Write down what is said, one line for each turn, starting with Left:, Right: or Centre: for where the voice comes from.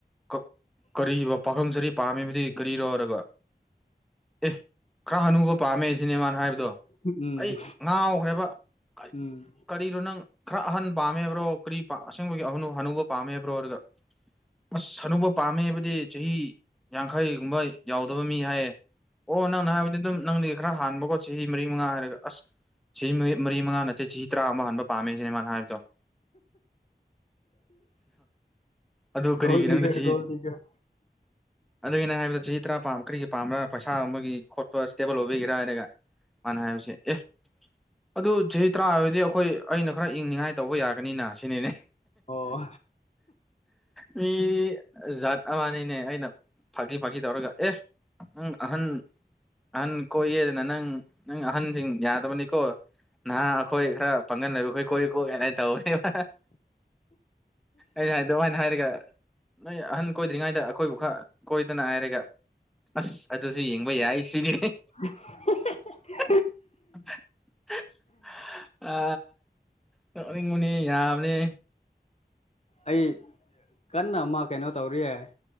Centre: ꯀꯞ ꯀꯔꯤ ꯑꯕ ꯄꯈꯪꯁꯔꯤ ꯄꯥꯝꯃꯤꯕꯗꯤ ꯀꯔꯤꯔꯣꯔꯒ ꯑꯦ ꯈꯔ ꯍꯅꯨꯕ ꯄꯥꯝꯃꯦ ꯁꯤꯅꯦ ꯃꯥꯅ ꯍꯥꯏꯕꯗꯣ
Left: ꯎꯝ
Centre: ꯑꯩ ꯉꯥꯎꯈ꯭ꯔꯦꯕ ꯀꯔꯤ
Left: ꯎꯝ
Centre: ꯀꯔꯤꯅꯣ ꯅꯪ ꯈꯔ ꯑꯍꯟ ꯄꯥꯝꯃꯦꯕ꯭ꯔꯣ ꯀꯔꯤ ꯄꯝ ꯑꯁꯦꯡꯕꯒꯤ ꯍꯅꯨꯕ ꯄꯥꯝꯃꯦꯕ꯭ꯔꯣꯔꯒ ꯑꯁ ꯍꯅꯨꯕ ꯄꯥꯝꯃꯦ ꯍꯥꯏꯕꯗꯤ ꯆꯍꯤ ꯌꯥꯡꯈꯩꯒꯨꯝꯕ ꯌꯥꯎꯗꯕ ꯃꯤ ꯍꯥꯏꯌꯦ ꯑꯣ ꯅꯪꯅ ꯍꯥꯏꯕꯗꯤ ꯑꯗꯨꯝ ꯅꯪꯗꯩ ꯈꯔ ꯍꯥꯟꯕ ꯀꯣ ꯆꯍꯤ ꯃꯔꯤ ꯃꯉꯥ ꯍꯥꯏꯔꯒ ꯑꯁ ꯆꯍꯤ ꯃꯔꯤ ꯃꯔꯤ ꯃꯉꯥ ꯅꯠꯇꯦ ꯆꯍꯤ ꯇꯔꯥ ꯑꯃ ꯍꯟꯕ ꯄꯥꯝꯃꯦ ꯁꯤꯅꯦ ꯃꯥꯅ ꯍꯥꯏꯕꯗꯣ <inaudible> ꯑꯗꯨ
Left: ꯒꯣꯜ
Centre: ꯀꯔꯤꯒꯤ
Left: ꯗꯤꯒꯔ
Centre: ꯅꯪꯗꯤ ꯆꯍꯤ
Left: ꯒꯣꯜ ꯗꯤꯒꯔ
Centre: ꯑꯗꯨꯒꯤꯅ ꯍꯥꯏꯕꯗ ꯆꯍꯤ ꯇꯔꯥ ꯄꯝ ꯀꯔꯤꯒꯤ ꯄꯥꯝꯕ꯭ꯔꯥ ꯄꯩꯁꯥ ꯑꯃꯒꯤ ꯈꯣꯠꯄ ꯏꯁꯇꯦꯕꯜ ꯑꯣꯏꯕꯤꯒꯤꯔꯥ ꯑꯩꯅ ꯃꯥꯅ ꯍꯥꯏꯕꯁꯦ ꯑꯦ ꯑꯗꯨ ꯆꯍꯤ ꯇꯔꯥ ꯍꯥꯏꯕꯗꯤ ꯑꯩꯈꯣꯏ ꯑꯩꯅ ꯈꯔ ꯏꯪꯅꯤꯡꯉꯥꯏ ꯇꯧꯕ ꯌꯥꯒꯅꯤꯅ ꯁꯤꯅꯤꯅꯦ
Left: ꯑꯣ
Centre: ꯃꯤ ꯖꯥꯠ ꯑꯃꯅꯤꯅꯤꯅꯦ ꯑꯩꯅ ꯐꯥꯀꯤ ꯐꯥꯀꯤ ꯇꯧꯔꯒ ꯑꯦ ꯎꯝ ꯑꯍꯟ ꯑꯍꯟ ꯀꯣꯏꯒꯦꯗ ꯅ ꯅꯪ ꯅꯪ ꯑꯍꯟꯁꯤꯡ ꯌꯥꯗꯕꯅꯤꯀꯣ ꯅꯍꯥ ꯑꯩꯈꯣꯏ ꯈꯔ ꯄꯥꯡꯒꯟ ꯂꯩꯕ ꯑꯩꯈꯣꯏ ꯀꯣꯏꯏ ꯀꯣꯛ ꯀꯅꯅ ꯇꯧꯅꯤ ꯑꯍ ꯑꯩꯅ ꯑꯗꯨꯃꯥꯏꯅ ꯍꯥꯏꯔꯒ ꯅꯣꯏ ꯑꯍꯟ ꯀꯣꯏꯗ꯭ꯔꯤꯉꯥꯏꯗ ꯑꯩꯈꯣꯏꯕꯨ ꯈꯔ ꯀꯣꯏꯗꯅ ꯍꯥꯏꯔꯒ ꯑꯁ ꯑꯗꯨꯁꯨ ꯌꯦꯡꯕ ꯌꯥꯏ ꯁꯤꯅꯤ
Left: ꯍꯦꯍꯍꯦ
Centre: <unintelligible> ꯑ ꯅꯣꯛꯅꯤꯡꯕꯅꯦ ꯌꯥꯕꯅꯦ
Left: ꯑꯩ ꯀꯟꯅ ꯑꯃ ꯀꯩꯅꯣ ꯇꯧꯔꯤꯌꯦ